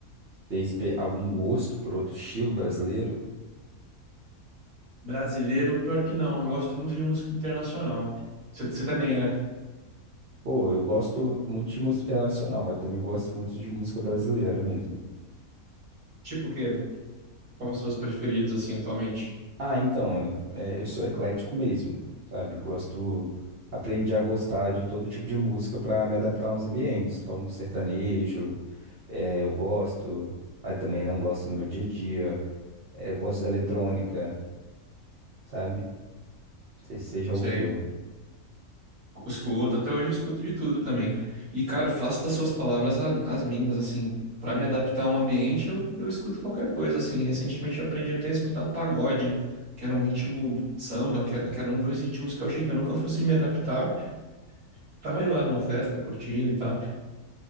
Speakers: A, on the right; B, on the right.
A: ter espe- algum gosto por outro estilo brasileiro?
B: Brasileiro, pior que não. Eu gosto muito de música internacional. Você você também, né?
A: Pô, eu gosto muito de música internacional, mas também gosto muito de música brasileira mesmo.
B: Tipo o quê? Quais os seus preferidos, assim, atualmente?
A: Ah, então, é- é, eu sou eclético mesmo, sabe? Gosto, aprendi a gostar de todo tipo de música pra me adaptar aos ambientes. Então, sertanejo, é, eu gosto, mas também não gosto no meu dia a dia. É, eu gosto da eletrônica, sabe? Não sei se você já
B: Sei.
A: ouviu.
B: Escuto, até hoje eu escuto de tudo também. E, cara, eu faço das suas palavras a- as minhas, assim. Pra me adaptar a um ambiente, eu, eu escuto qualquer coisa, assim. Recentemente eu aprendi até a escutar pagode, que era um ritmo samba, que, era, que eram dois ritmos que eu achei que eu nunca fosse me adaptar. Tava eu lá numa festa, curtindo e tal.